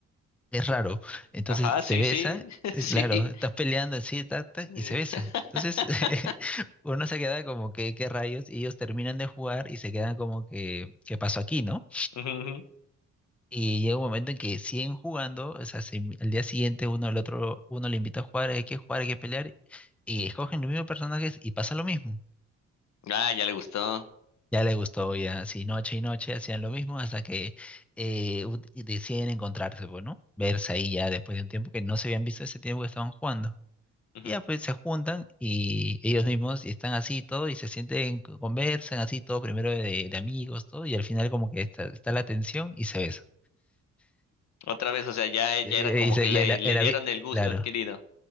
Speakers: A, in the centre; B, on the left.
A: Es raro. Entonces
B: Ajá,
A: se
B: sí,
A: besan,
B: sí, <laughs>
A: eh,
B: sí.
A: claro, estás peleando así, tac, tac,
B: Eh,
A: y se besan.
B: <laughs>
A: Entonces <laughs> uno se queda como que, ¿qué rayos? Y ellos terminan de jugar y se quedan como que, ¿qué pasó aquí, no?
B: ujú. ujú.
A: Y llega un momento en que siguen jugando, o sea, se- al día siguiente uno al otro, uno le invita a jugar, hay que jugar, hay que pelear, y escogen los mismos personajes y pasa lo mismo.
B: Ah, ya le gustó.
A: Ya les gustó, ya, así noche y noche hacían lo mismo hasta que eh, ut- y deciden encontrarse, pues, ¿no? Verse ahí ya después de un tiempo que no se habían visto ese tiempo que estaban jugando.
B: Ujú.
A: Y ya pues se juntan y ellos mismos y están así y todo y se sienten, conversan así todo, primero de, de amigos, todo, y al final como que está, está la tensión y se besan.
B: Otra vez, o sea, ya, ya
A: Eh,
B: era como
A: Y, se-
B: que le,
A: y ahí la-
B: le
A: era,
B: dieron
A: bi-
B: el gusto
A: claro.
B: adquirido.